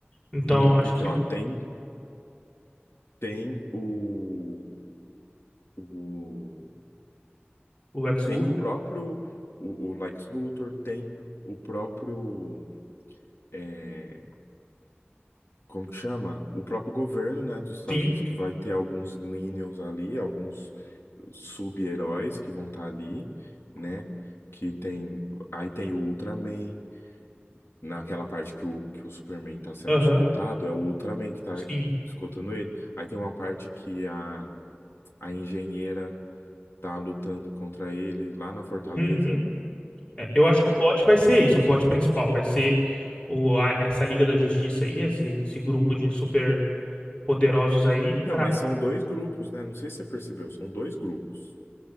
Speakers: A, on the left (about 25°); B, on the left (about 85°).
A: Então
B: tem,
A: eu
B: porque
A: acho que
B: ó, tem tem o, o
A: o Lex
B: tem
A: Luthor,
B: o próprio o, o Lex Luthor, tem o próprio é, como que chama? O próprio governo, né, dos Estados
A: sim,
B: Unidos que vai ter alguns minions ali, alguns sub-heróis que vão estar ali, né? Que tem, aí tem o Ultraman, naquela parte que o, que o Superman tá sendo
A: aham,
B: escoltado, é o Ultraman que tá
A: sim.
B: escoltando ele. Aí tem uma parte que a, a engenheira tá lutando contra ele lá na Fortaleza.
A: uhum. É, Eu acho que o plot vai ser esse, o plot principal, vai ser o, a- essa Liga da Justiça aí, esse, esse grupo de super poderosos aí.
B: Então,
A: tra-
B: mas são dois grupos, né? Não sei se você percebeu, são dois grupos.